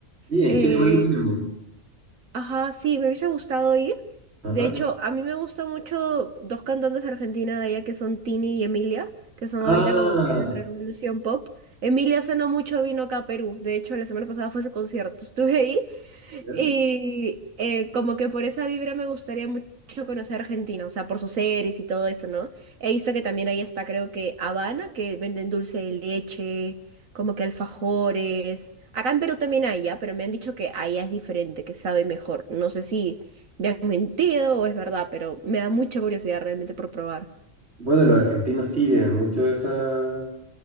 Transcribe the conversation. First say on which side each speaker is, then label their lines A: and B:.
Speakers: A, on the right; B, on the right.
A: Sí,
B: eh,
A: en Chile igual lo tenemos.
B: Ajá, sí, me hubiese gustado ir.
A: Ajá.
B: De hecho, a mí me gustan mucho dos cantantes de Argentina de allá que son Tini y Emilia, que son
A: Ah,
B: ahorita como que la revolución pop. Emilia hace no mucho vino acá a Perú. De hecho, la semana pasada fue su concierto. <laughs> Estuve ahí
A: Bien.
B: y eh, como que por esa vibra me gustaría mucho conocer Argentina, o sea, por sus series y todo eso, ¿no? He visto que también ahí está, creo que Habana, que venden dulce de leche, como que alfajores. Acá en Perú también hay, ya, pero me han dicho que allá es diferente, que sabe mejor. No sé si me han mentido o es verdad, pero me da mucha curiosidad realmente por probar.
A: Bueno, los argentinos sí tienen mucho esa,